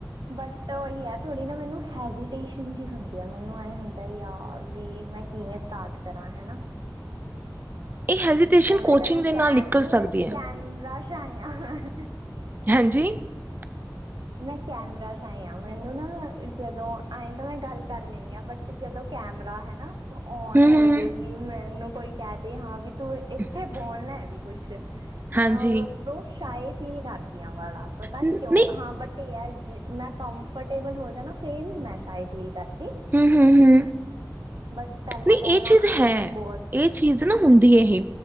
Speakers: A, on the right (about 80°); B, on the right (about 25°).
A: ਬਟ ਉਹੀ ਹੈ ਥੋੜ੍ਹੀ ਨਾ ਮੈਨੂੰ ਹੈਜੀਟੇਸ਼ਨ ਜਿਹੀ ਹੁੰਦੀ ਆ ਮੈਨੂੰ ਐਂ ਹੁੰਦਾ ਯਾਰ ਵੀ ਮੈਂ ਕਿਵੇਂ ਸਟਾਰਟ ਕਰਾਂ ਹੈਨਾ।
B: ਇਹ
A: ਹਮ
B: ਹੈਜੀਟੇਸ਼ਨ
A: ਥੋੜਾ
B: ਕੋਚਿੰਗ
A: ਜਿਹਾ ਮੈਂ
B: ਦੇ ਨਾਲ
A: ਕੈਮਰੇ
B: ਨਿਕਲ ਸਕਦੀ ਹੈ
A: ਕੈਮਰਾ ਛਾਇਆ।
B: ਹਾਂਜੀ। <inaudible>
A: ਮੈਂ ਕੈਮਰਾ ਸ਼ਾਏ ਆ ਮੈਨੂੰ ਨਾ ਜਦੋਂ ਆਏ ਤਾਂ ਮੈਂ ਗੱਲ ਕਰ ਲੈਂਨੀ ਆ ਬਟ ਤੇ ਜਦੋਂ ਕੈਮਰਾ ਹੈਨਾ ਆਨ
B: ਹੂੰ-ਹੂੰ,
A: ਹੋ ਜੇ ਵੀ ਮੈਨੂੰ ਕੋਈ ਕਹਿ ਦੇ ਹਾਂ ਵੀ ਤੂੰ ਇੱਥੇ
B: <unintelligible>
A: ਬੋਲਣਾ ਐ ਵੀ ਕੁਛ ਮੈਂ
B: ਹਾਂਜੀ
A: ਉਹ ਦੋ ਸ਼ਾਏ ਫੀਲ ਕਰਦੀ ਹਾਂ ਵਾਲਾ ਪਤਾ
B: ਨਹੀਂ
A: ਨੀ ਕਿਉਂ ਹਾਂ ਬਟ ਇਹ ਹੈ ਮੈਂ ਕੰਫਰਟੇਬਲ ਹੋ ਜਾਣਾ ਫੇਰ ਨੀ ਮੈਂ ਸ਼ਾਇ ਫੀਲ ਕਰਦੀ।
B: ਹਮ ਹਮ ਹਮ।
A: ਬਟ ਪਹਿਲਾਂ
B: ਨਹੀ
A: ਪਹਿਲਾਂ
B: ਏ ਚੀਜ਼ ਹੈ
A: ਬਹੁਤ
B: ਇਹ ਚੀਜ਼ ਨਾ ਹੁੰਦੀ ਏਹੇ।